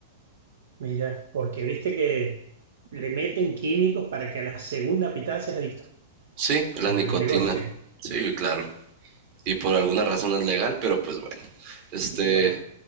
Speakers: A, on the right; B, on the right.
A: mira, porque viste que le meten químicos para que a la segunda pitada seas adicto,
B: Sí, la
A: porque
B: nicotina.
A: es un negocio.
B: Sí, claro. Y por alguna razón es legal, pero pues bueno. Este,
A: Y bueno,